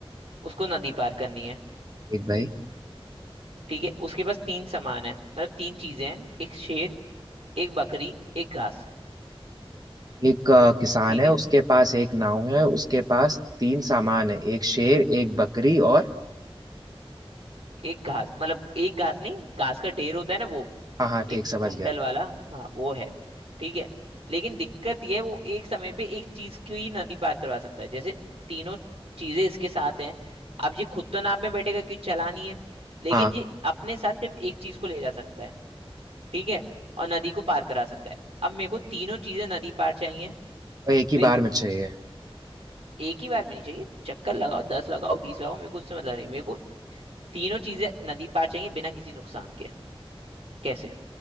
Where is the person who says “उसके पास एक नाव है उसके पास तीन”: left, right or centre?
Right